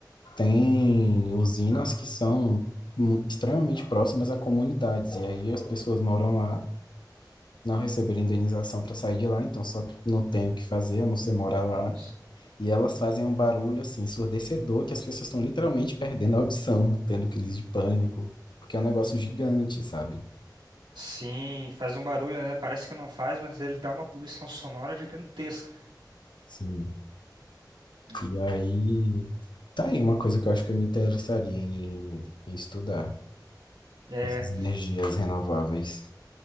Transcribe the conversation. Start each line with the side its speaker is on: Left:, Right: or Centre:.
Left: Tem usinas que são mu- extremamente próximas a comunidades, e aí as pessoas moram lá, não receberam indenização para sair de lá, então só não tem o que fazer, a não ser morar lá.
Right: Nossa.
Left: E elas fazem um barulho assim ensurdecedor que as pessoas estão literalmente perdendo a audição, tendo crise de pânico, porque é um negócio gigante, sabe?
Right: Sim, faz um barulho, né? Parece que não faz, mas ele dá uma poluição sonora gigantesca.
Left: Sim.
Right: né?
Left: E aí, tá aí uma coisa que eu acho que eu me interessaria em, em estudar,
Right: É.
Left: essas energias renováveis.